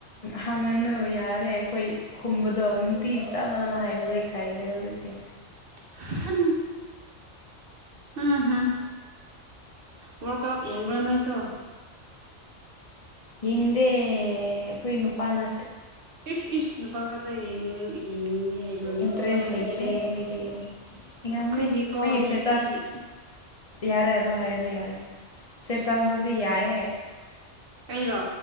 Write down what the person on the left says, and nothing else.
ꯈꯥꯡꯉꯅꯨ ꯌꯥꯔꯦ ꯑꯩꯈꯣꯏ ꯈꯨꯝꯕꯗꯣ ꯅꯨꯡꯇꯤ ꯆꯞ ꯃꯥꯟꯅꯅ ꯍꯥꯏꯕꯗꯣ ꯑꯩ ꯀꯥꯏꯔꯦ ꯍꯧꯖꯤꯛꯇꯤ
ꯌꯦꯡꯗꯦ ꯑꯩꯈꯣꯏ ꯅꯨꯄꯥꯅ
ꯏꯟꯇꯔꯦꯁ
ꯂꯩꯇꯦ
ꯑꯩꯈꯣꯏꯗꯤ
ꯌꯦꯡꯉꯝꯒꯅꯤ ꯅꯪꯒꯤ ꯏꯁꯇꯦꯇꯁ
ꯌꯥꯔꯦ ꯑꯗꯣ ꯍꯥꯏꯔꯅꯨ ꯌꯥꯔꯦ ꯁꯦꯇꯥꯁꯨꯗꯤ ꯌꯥꯏꯑꯦ